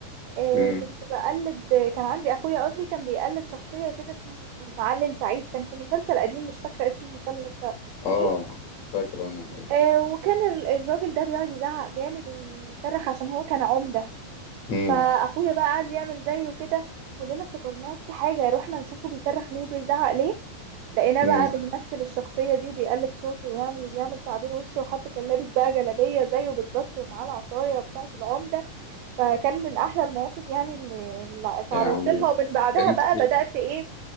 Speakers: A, on the right; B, on the left.
A: آه،
B: مم.
A: كنت بقلد كان عندي اخويا قصدي كان بيقلد شخصية كده اسمه المعلم سعيد كان في مسلسل قديم مش فاكرة اسم المسلسل لسه
B: اه
A: ايه
B: فاكره انا
A: آه، وكان ال- الراجل ده بيقعد يزعق جامد ويصرخ عشان هو كان عمدة
B: مم.
A: فاخويا بقى قعد يعمل زيه كده كلنا افتكرناه في حاجه رحنا نشوفه بيصرخ ليه وبيزعق ليه لقيناه
B: مم.
A: بقى بيمثل الشخصيه دي وبيقلد صوته يعني وبيعمل تعبير وشه وحتى كان لابس بقى جلابيه زيه بالظبط ومعاه العصايه بتاعه العمده فكان من احلى المواقف يعني اللي اللي اتعرضت
B: يعني
A: لها ومن بعدها
B: انت
A: بقى بدات ايه